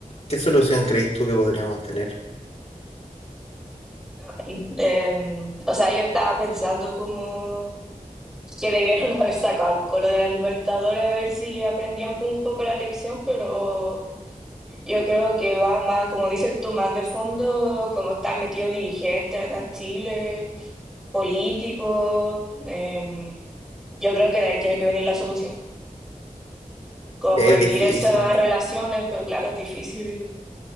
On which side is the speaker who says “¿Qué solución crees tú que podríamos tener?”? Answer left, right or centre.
Left